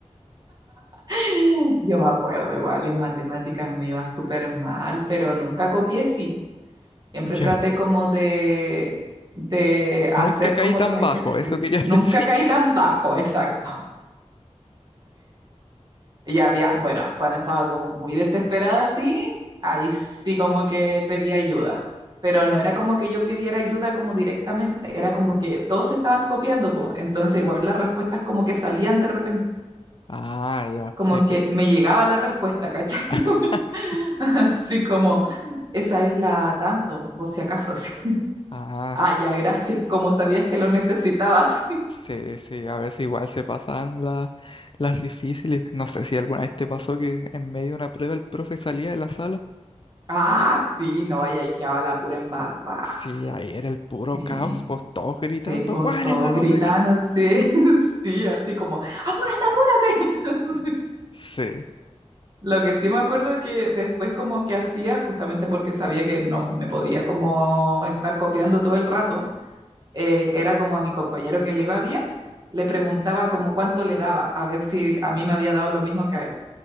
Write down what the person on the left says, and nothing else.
<laughs>
Yo
nunca caí
tan
bajo, eso quería
<laughs> decir.
Ah, ya,
sí, pues.
<laughs>
Ah,
sí, sí, a veces igual se pasaban la- las difíciles. No sé si alguna vez te pasó que en medio de una prueba el profe salía de la sala.
Sí, ahí era el puro
caos, pues todos gritando,
¿cuál
es la
no sé qué?
<laughs> Sí,